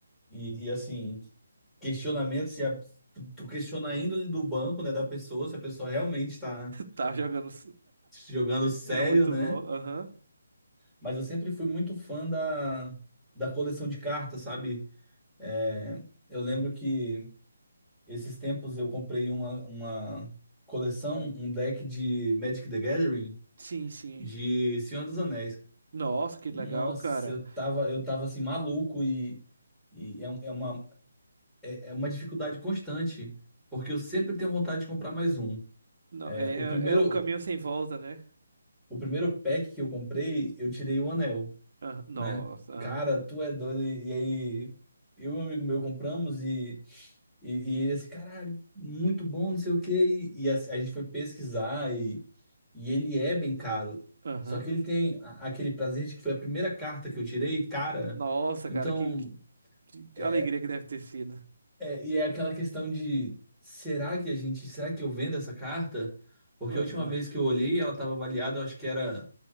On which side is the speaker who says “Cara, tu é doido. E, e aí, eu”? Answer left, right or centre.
Centre